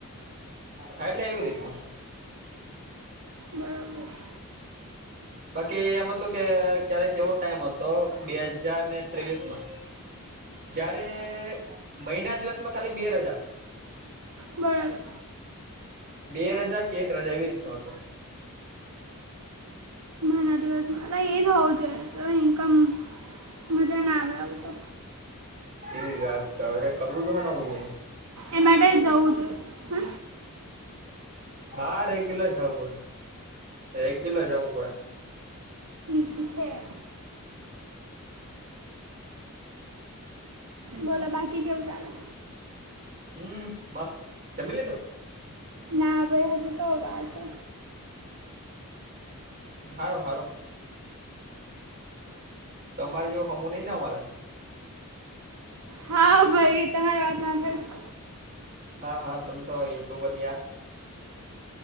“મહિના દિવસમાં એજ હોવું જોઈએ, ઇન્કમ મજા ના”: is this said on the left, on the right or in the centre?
Right